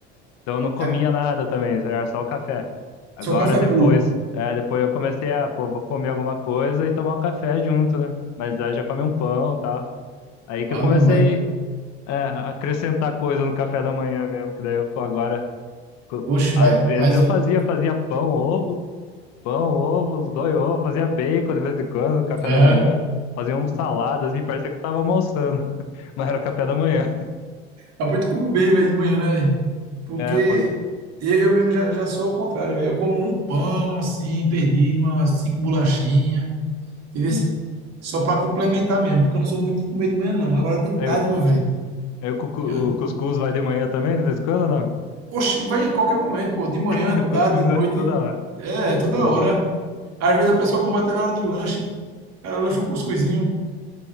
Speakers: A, on the left (about 60°); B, on the right (about 55°).
A: Então eu não comia
B: Tá,
A: nada também, era só o café. Agora
B: só café
A: depois,
B: puro.
A: é, depois eu comecei a, pô, vou comer alguma coisa e tomar o café junto, né? Mas aí já come um pão e tal. Aí que
B: Ah,
A: eu comecei,
B: meu, mas.
A: é, a acrescentar coisa no café da manhã mesmo, que daí eu, pô, agora, co-
B: Oxe,
A: às
B: mas.
A: vezes
B: mas
A: eu
B: eu-
A: fazia, fazia pão, ovo, pão, ovo, os dois ovos, fazia bacon de vez em quando no café
B: é,
A: da manhã. Fazia um salada, assim, parecia que eu tava almoçando, <laughs> mas era café da manhã.
B: Apoio tu come bem, velho, de manhã, né, velho? Porque
A: É, pô,
B: eu, eu mesmo já, já sou ao contrário, velho. Eu como um pão, assim, perdido, umas cinco bolachinhas, entendeu?
A: sim.
B: Só pra complementar mesmo, porque eu não sou muito de comer de manhã, não. Agora de
A: Aí,
B: tarde, meu velho.
A: aí o, cucu-
B: eu-
A: o cuscuz vai de manhã também, de vez em quando ou não?
B: Oxe, vai em qualquer momento, pô. De manhã,
A: <laughs> Cuscuz
B: tarde, de noite.
A: é toda hora.
B: É, é toda
A: Boa.
B: hora. Às vezes a pessoa come até na hora do lanche. O cara lancha um cuscuzinho.